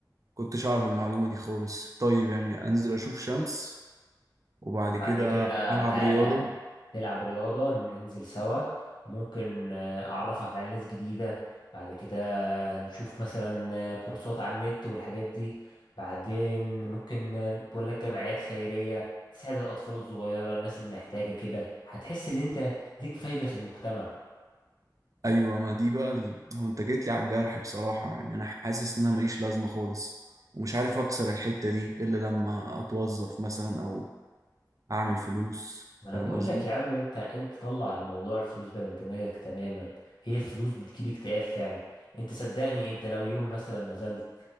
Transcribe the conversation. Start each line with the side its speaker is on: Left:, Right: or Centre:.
Right: كنتش اعرف المعلومه دي خالص طيب يعني انزل اشوف شمس وبعد
Left: وبعد
Right: كده
Left: كده
Right: العب
Left: تعالى
Right: رياضه
Left: تلعب رياضة ننزل سوا ممكن آه، أعرفك على ناس جديدة بعد كده نشوف مثلا آه، كورسات على النت والحاجات دي بعدين ممكن آه، بقول لك جمعيات خيرية تساعد الأطفال الصغيرة الناس المحتاجة كده هتحس إن أنت ليك فايدة في المجتمع
Right: ايوه ما دي بقى ال- هو انت جيت لي على الجرح بصراحه يعني انا حاسس ان انا ماليش لازمه خالص ومش عارف اكسر الحته دي الا لما اتوظف مثلا او اعمل فلوس
Left: ما أنا
Right: فاهم
Left: بقول
Right: قصدي
Left: لك يا عم أنت أنت طلع الموضوع الفلوس ده من دماغك تماما هي الفلوس بتجيب اكتئاب فعلا أنت صدقني أنت لو يوم مثلا نزلت